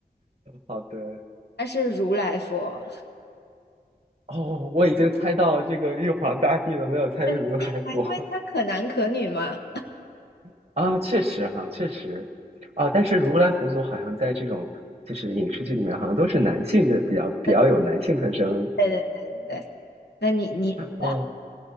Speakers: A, on the right; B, on the left.
A: 好的，
B: <laughs> 它是如来佛，
A: 哦，我已经猜到这个玉皇大帝了，没有猜如来佛
B: 很近啊，因为它可男可女嘛。
A: <laughs> 啊。确实哈，确实啊，但是如来佛祖好像在这种就是影视剧里面，好像都是男性的，比较比较有男性特征。
B: 嗯，对对对对对，那你你啊
A: 嗯，